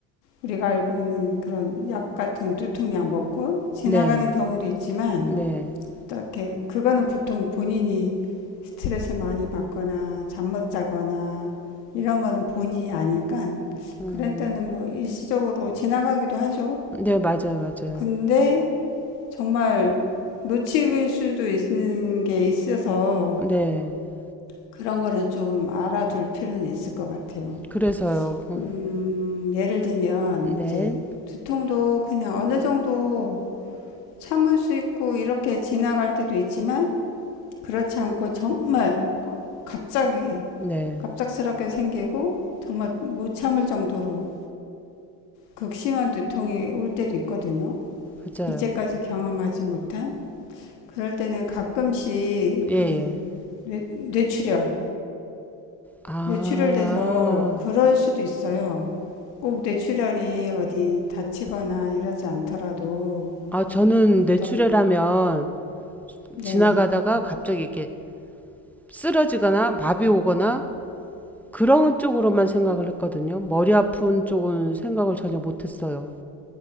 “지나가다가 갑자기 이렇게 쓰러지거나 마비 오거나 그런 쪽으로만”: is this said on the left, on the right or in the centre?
Centre